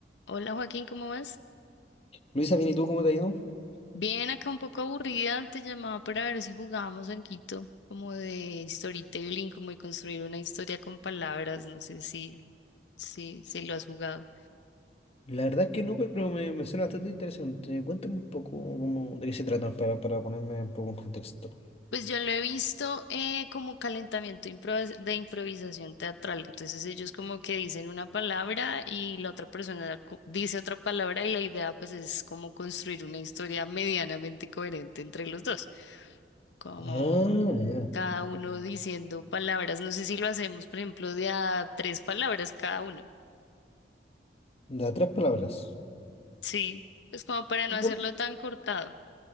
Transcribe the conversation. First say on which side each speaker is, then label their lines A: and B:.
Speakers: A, on the left; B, on the left.
A: Hola Joaquín, ¿cómo vas?
B: Luisa, bien, ¿y tú cómo te ha ido?
A: Bien, acá un poco aburrida, te llamaba para ver si jugábamos algo como de storytelling, como de construir una historia con palabras, no sé si, si, si lo has jugado.
B: La verdad es que no, pero me, me suena bastante interesante. Cuéntame un poco cómo, de qué se trata para, para ponerme un poco en contexto.
A: Pues yo lo he visto eh, como calentamiento improvis- de improvisación teatral, entonces ellos como que dicen una palabra y la otra persona co- dice otra palabra y la idea pues es como construir una historia medianamente coherente entre los dos, como...
B: Ah, ya.
A: cada uno diciendo palabras. No sé si lo hacemos, por ejemplo, de a tres palabras cada uno.
B: De tres palabras.
A: Sí, pues como para no
B: Bueno,
A: hacerlo tan cortado.